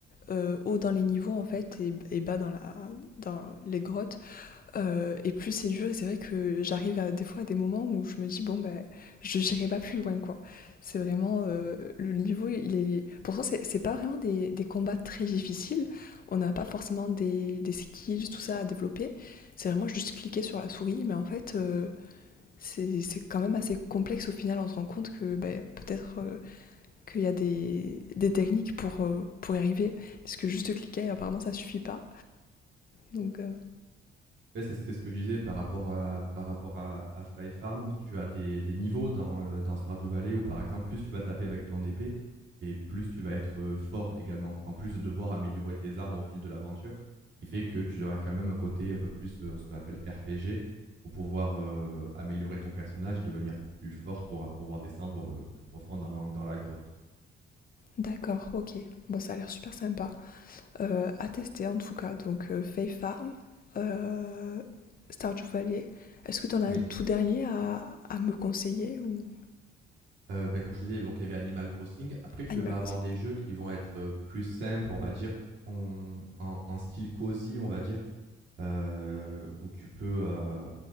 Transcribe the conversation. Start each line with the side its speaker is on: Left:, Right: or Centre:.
Left: euh, haut dans les niveaux en fait et, et bas dans, la, dans les grottes, euh, et plus c'est dur. Et c'est vrai que j'arrive à, des fois à des moments où je me dis bon ben je n'irai pas plus loin quoi. C'est vraiment euh, le niveau il est. Pourtant c'est c'est pas vraiment des, des combats très difficiles. On n'a pas forcément des, des skills tout ça à développer. C'est vraiment juste cliquer sur la souris, mais en fait. euh, c'est c'est quand même assez complexe au final, on se rend compte que ben, peut-être euh, qu'il y a des, des techniques pour, euh, pour y arriver. Parce que juste cliquer, apparemment, ça suffit pas. Donc, euh,
Right: Ouais, c'est c'est ce que je disais par rapport à, par rapport à, à Fire Farm, tu as des, des niveaux dans, euh, dans Stardew Valley où, par exemple, plus tu vas taper avec ton épée, et plus tu vas être euh, fort également, en plus de devoir améliorer tes armes au fil de l'aventure, ce qui fait que tu auras quand même un côté un peu plus, euh, ce qu'on appelle RPG, pour pouvoir euh, améliorer ton personnage, et devenir plus fort pour euh, pouvoir descendre euh, plus profond dans, dans la grotte.
Left: d'accord, ok. Bon, ça a l'air super sympa. Euh, à tester, en tout cas. Donc, euh, Faith Farm, euh, Stardew Valley. Est-ce que tu en as
Right: Oui,
Left: un tout dernier à, à me conseiller ou
Right: Heu, bah, comme je te disais, donc il y avait Animal Crossing. Après, tu
Left: Animal
Right: vas
Left: Crossing
Right: avoir des jeux qui vont être, heu, plus simples, on va dire, en en en style cosy, on va dire, heu, où tu peux, heu